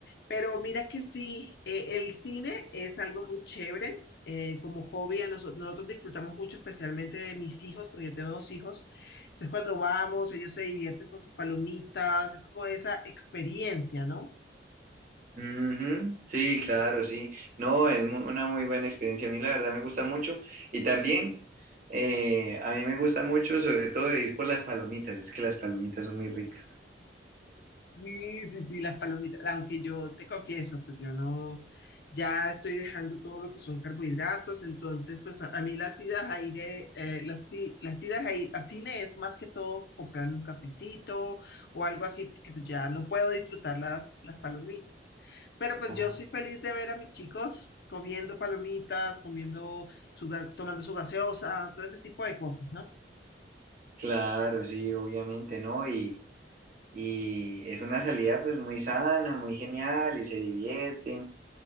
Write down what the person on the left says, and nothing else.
Pero mira que sí, eh, el cine es algo muy chévere. eh, como hobby, a nosotros, nosotros disfrutamos mucho, especialmente de mis hijos, porque yo tengo dos hijos. Entonces, cuando vamos, ellos se divierten con sus palomitas, es como esa experiencia, ¿no?
Sí, sí, sí, las palomitas, aunque yo te confieso, pues yo no, ya estoy dejando todo lo que son carbohidratos, entonces pues a, a mí las idas a ir aire, las, ci- las idas a, i- a cine es más que todo comprarme un cafecito o algo así, porque pues ya no puedo disfrutar las, las palomitas. Pero pues
yo soy feliz de ver a mis chicos comiendo palomitas, comiendo su, ga- tomando su gaseosa, todo ese tipo de cosas, ¿no?